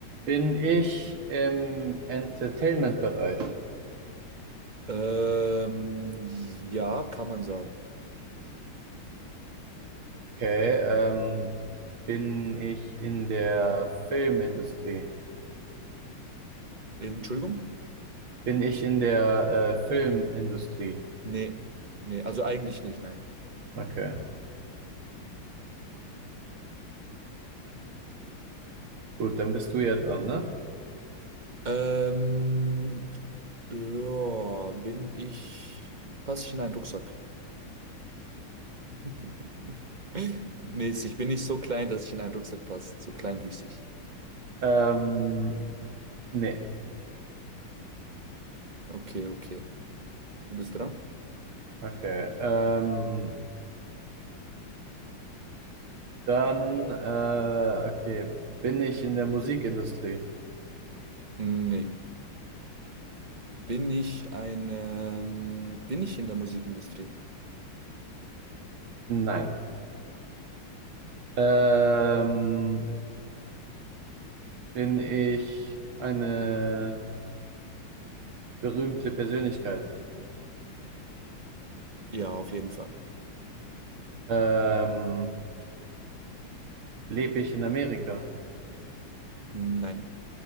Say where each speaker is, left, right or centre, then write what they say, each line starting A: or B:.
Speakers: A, on the right; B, on the right.
A: Bin ich im Entertainment-Bereich?
B: Ähm, ja, kann man sagen.
A: Okay. Ähm, bin ich in der Filmindustrie?
B: Entschuldigung?
A: Bin ich in der äh, Filmindustrie?
B: Nee, nee, also eigentlich nicht, nein.
A: Okay. Gut, dann bist du ja dran, ne?
B: Ähm, ja, bin ich, passe ich in einen Rucksack? <laughs> Mäßig, bin ich so klein, dass ich in einen Rucksack passe, so kleinwüchsig.
A: Ähm, nee.
B: Okay, okay. Du bist dran?
A: Okay. Ähm, dann, äh, okay. Bin ich in der Musikindustrie?
B: Nee. Bin ich ein, ähm, bin ich in der Musikindustrie?
A: Nein. Ähm, bin ich eine berühmte Persönlichkeit?
B: Ja, auf jeden Fall.
A: Ähm, Lebe ich in Amerika?
B: Nein.